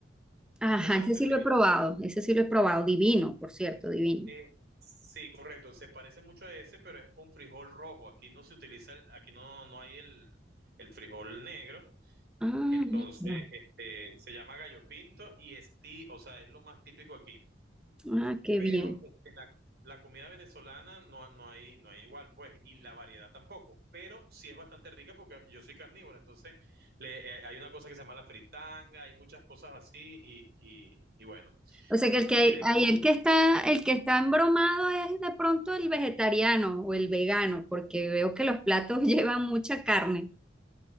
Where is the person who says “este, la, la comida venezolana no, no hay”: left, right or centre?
Right